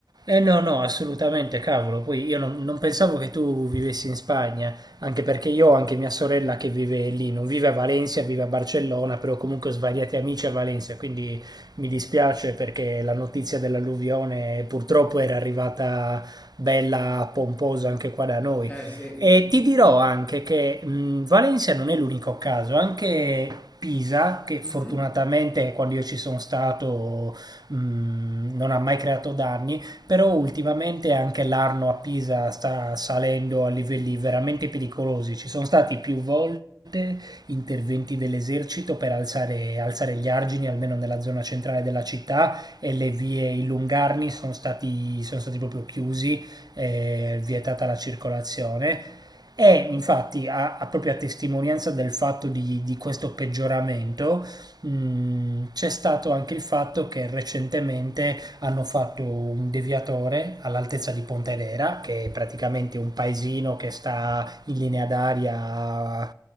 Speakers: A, on the right (about 65°); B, on the left (about 20°).
A: Eh no, no, assolutamente, cavolo. Poi io non, non pensavo che tu vivessi in Spagna, anche perché io ho anche mia sorella che vive lì, non vive a Valencia, vive a Barcellona, però comunque ho svariati amici a Valencia, quindi mi dispiace perché la notizia dell'alluvione purtroppo era arrivata bella pomposa anche qua da noi.
B: Eh sì,
A: E
B: sì,
A: ti
B: sì.
A: dirò anche che mh, Valencia non è l'unico caso, anche Pisa, che
B: Mhm,
A: fortunatamente quando io ci sono stato mh, non ha mai creato danni, però ultimamente anche l'Arno a Pisa sta salendo a livelli veramente pericolosi. Ci sono stati più volte interventi dell'esercito per alzare, alzare gli argini, almeno nella zona centrale della città, e le vie, i lungarni sono stati, sono stati proprio chiusi, eh, vietata la circolazione. E infatti, a, a proprio a testimonianza del fatto di, di questo peggioramento, mh, c'è stato anche il fatto che recentemente hanno fatto un deviatore all'altezza di Pontedera, che è praticamente un paesino che sta in linea d'aria a